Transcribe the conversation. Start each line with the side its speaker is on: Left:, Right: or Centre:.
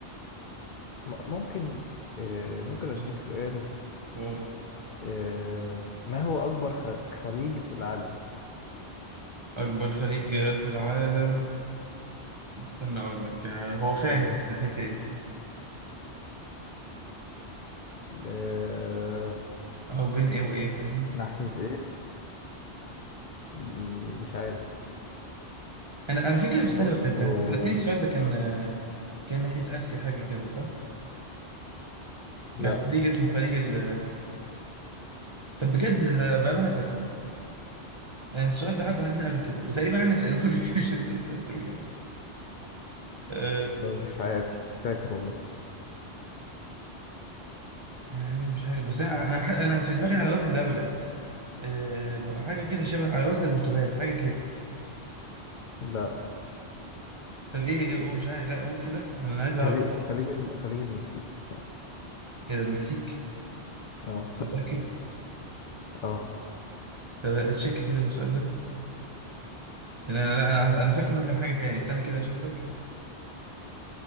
Left: م- ممكن آه ممكن اديك
Right: ولا إيه؟
Left: سؤال
Right: قول
Left: آه ما هو اكبر خ- خليج في العالم
Right: أكبر خليج في العالم استنى أقول لك آه، هو فين
Left: اه
Right: طب؟ ناحية إيه
Left: آه،
Right: أو بين إيه وإيه فاهم
Left: ناحيه ايه م- مش عارف
Right: أنا على فكرة بستنى
Left: بص
Right: بقى ده
Left: هو
Right: أنت سألتني السؤال ده كان آه، كان ناحية آسيا حاجة كده صح؟
Left: لا
Right: كان خليج اسمه خليج ال طب بجد ده بقى أنا فاكره يعني السؤال ده عدى علينا قبل كده وتقريبا أنا سألوه لك <laughs> مش أنت اللي سألته لي أه
Left: مش عارف مش مش فاكر والله
Right: انا مش عارف بس انا انا ح- انا في دماغي على وزن دولة أه ب- حاجة كده شبه على وزن البرتغال حاجة كده
Left: لا
Right: طب ايه ايه قول- مش عارف لا اقول كده انا عايز اعرف
Left: خليج خليج الم... خليج المكسيك
Right: كده المكسيك
Left: اه
Right: متأكد
Left: <laughs> اه
Right: طب تشيك كده من السؤال ده إن انا لا انا انا فاكر انه كان حاجة تاني استنى كده اشوف لك